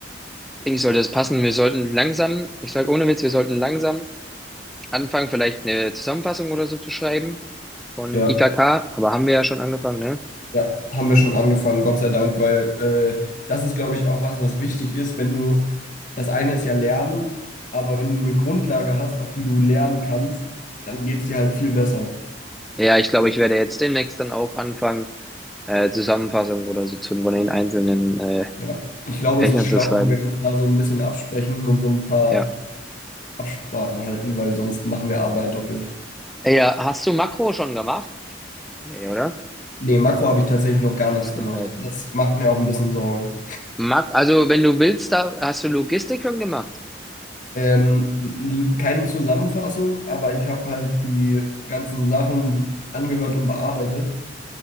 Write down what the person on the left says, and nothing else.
ja.
Ja, haben wir schon angefangen, Gott sei Dank, weil äh, das ist, glaube ich, auch was, was wichtig ist, wenn du, das eine ist ja Lernen, aber wenn du eine Grundlage hast, auf die du lernen kannst, dann geht es dir halt viel besser.
Ja, ich glaube,
es ist schlau,
wenn wir uns da so ein bisschen absprechen und so ein paar
Absprachen halten, weil sonst machen wir Arbeit doppelt.
Nee, Makro habe ich tatsächlich noch gar nichts
gemacht. Das macht mir auch ein bisschen Sorgen.
Ähm, keine Zusammenfassung, aber ich habe halt die ganzen Sachen angehört und bearbeitet.